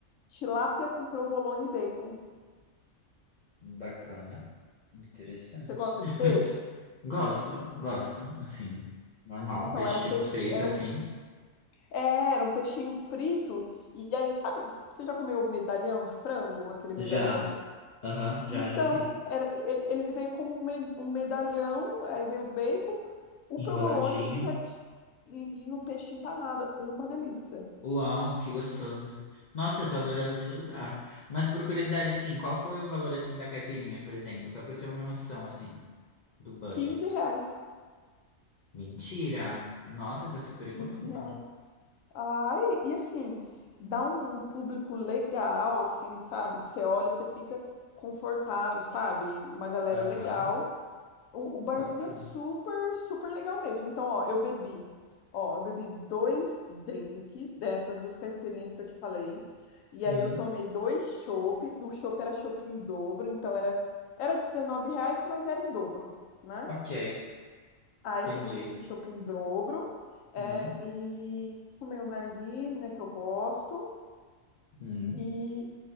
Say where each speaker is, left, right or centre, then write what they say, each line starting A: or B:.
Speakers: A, on the left (about 80°); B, on the left (about 55°).
A: tilápia com provolone e bacon.
B: bacana. Interessante.
A: Você gosta
B: <laughs>
A: de peixe?
B: Gosto, gosto, assim, normal.
A: Então,
B: Peixe
A: era um
B: tipo
A: peixe,
B: frito,
A: era
B: assim.
A: um, é, era um peixinho frito. E aí, sabe, você já comeu medalhão de frango? Aquele medalhão
B: Já. Aham, já,
A: Então,
B: já sim.
A: era, ele, ele veio como um, me- um medalhão, aí veio o bacon, o
B: Enroladinho.
A: provolone e, a ti- e, e no peixe empanado. Uma delícia.
B: Uau, que gostoso. Nossa, eu tô adorando esse lugar. Mas por curiosidade, assim, qual foi o valor, assim, da caipirinha, por exemplo? Só pra eu ter uma noção, assim, do budget.
A: quinze reais.
B: Mentira! Nossa, tá super
A: quinze
B: econômico.
A: reais. Ai, e assim, dá um um público legal, assim, sabe? Que você olha, você fica confortável, sabe? Uma galera
B: Aham,
A: legal. O, o barzinho
B: bacana.
A: é super, super legal mesmo. Então, ó, eu bebi, ó, eu bebi dois drinks dessas duas caipirinhas que eu te falei. E
B: Hum,
A: aí eu tomei dois chopp, e o chopp era chopp em dobro, então era era dezenove reais, mas era em dobro, né?
B: ok,
A: Aí
B: entendi.
A: tomei esse chopp em dobro, é,
B: Hum,
A: e fumei um narguilé, né, que eu gosto.
B: hum.
A: E,